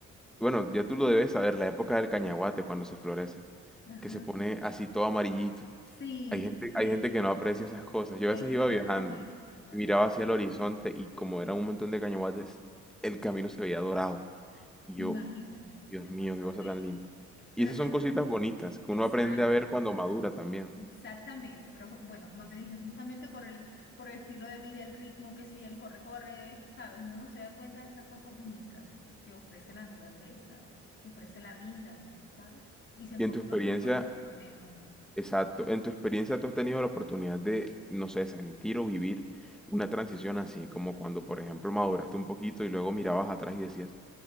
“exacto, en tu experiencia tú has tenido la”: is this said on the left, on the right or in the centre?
Centre